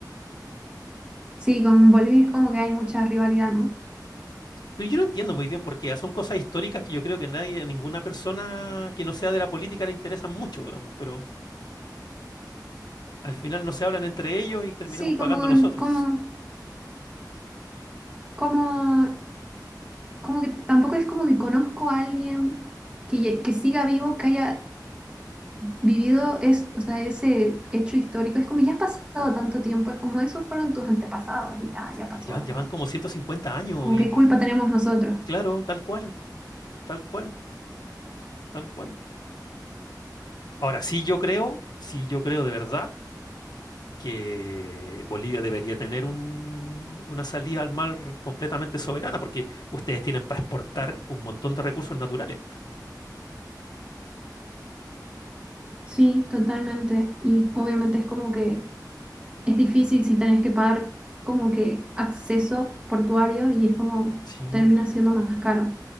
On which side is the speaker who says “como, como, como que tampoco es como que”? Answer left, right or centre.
Right